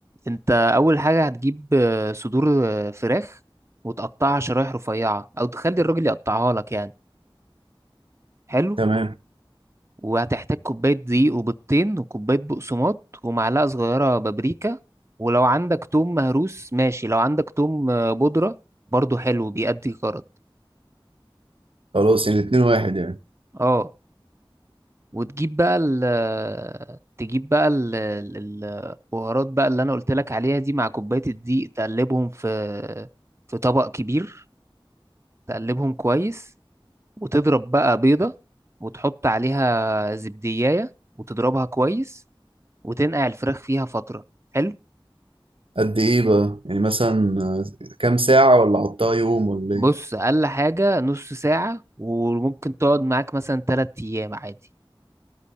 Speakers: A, on the right; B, on the right.
A: انت اول حاجة هتجيب آه، صدور آه، فراخ وتقطعها شرايح رفيعة او تخلي الراجل يقطعها لك يعني حلو
B: تمام
A: وهتحتاج كوباية دقيق وبيضتين وكوباية بقسماط ومعلقة صغيرة بابريكا ولو عندك توم مهروس ماشي لو عندك توم آه، بودرة برضو حلو بيأدي غرض
B: خلاص يعني اتنين واحد يعني
A: اه وتجيب بقى ال تجيب بقى ال- ال- البهارات بقى اللي انا قلت لك عليها دي مع كوباية الدقيق تقلبهم في في طبق كبير تقلبهم كويس وتضرب بقى بيضة وتحط عليها زبدية وتضربها كويس وتنقع الفراخ فيها فترة حلو
B: قد ايه بقى يعني مثلا آه، كام ساعة ولا حطها يوم ولا
A: بص
B: ايه
A: اقل حاجه نص ساعه وممكن تقعد معاك مثلا تلات ايام عادي